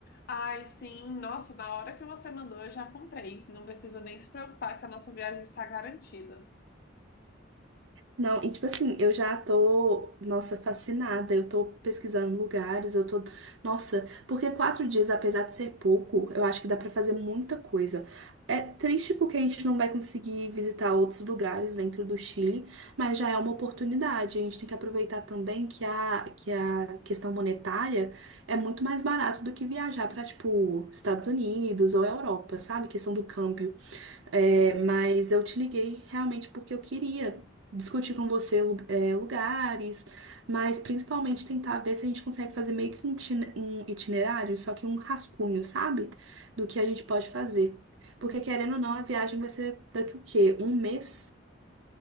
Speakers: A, on the left; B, on the right.
A: Ai, sim, nossa, na hora que você mandou, eu já comprei. Não precisa nem se preocupar que a nossa viagem está garantida.
B: Não, e tipo assim, eu já tô, nossa, fascinada. Eu tô pesquisando lugares, eu tô, nossa, porque quatro dias, apesar de ser pouco, eu acho que dá pra fazer muita coisa. É triste porque a gente não vai conseguir visitar outros lugares dentro do Chile, mas já é uma oportunidade. A gente tem que aproveitar também que a, que a questão monetária é muito mais barato do que viajar pra, tipo, Estados Unidos ou Europa, sabe? Questão do câmbio. É, mas eu te liguei realmente porque eu queria discutir com você lu- é, lugares, mas principalmente tentar ver se a gente consegue fazer meio que um itine- um itinerário, só que um rascunho, sabe? Do que a gente pode fazer. Porque querendo ou não, a viagem vai ser daqui o quê? Um mês?